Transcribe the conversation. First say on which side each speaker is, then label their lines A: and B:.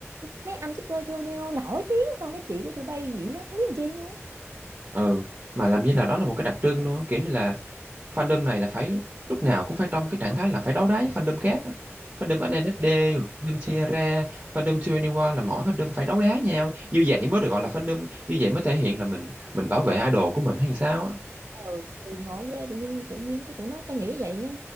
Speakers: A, on the right; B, on the right.
A: mấy anh Super Junior nổi tiếng hơn mấy chị của tụi bay gì đó không biết làm chi nữa
B: ừ mà làm như là đó là một cái đặc trưng luôn á kiểu như là fandom này là phải lúc nào cũng phải trong cái trạng thái là phải đấu đá với fandom khác á. fandom SNSD
A: hiểu không?
B: fandom Tierra fandom 21 là mỗi fandom phải đấu đá nhau như vậy mới được gọi là fandom như vậy mới thể hiện là mình mình bảo vệ idol của mình hay sao á
A: ừ thì ngộ ghê tự nhiên tự nhiên cái tụi nó phải nghĩ vậy á